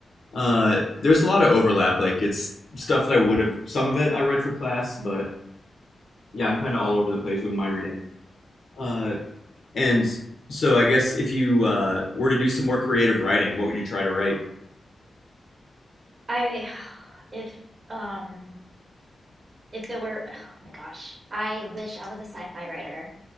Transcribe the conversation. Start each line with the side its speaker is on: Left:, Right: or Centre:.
Left: Uh, there's a lot of overlap. Like it's stuff that I would have. Some of it I read for class, but yeah, I'm kind of all over the place with my reading. Uh, and so I guess if you uh, were to do some more creative writing, what would you try to write?
Right: I <sighs> if um if it were oh my gosh, I wish I was a sci-fi writer.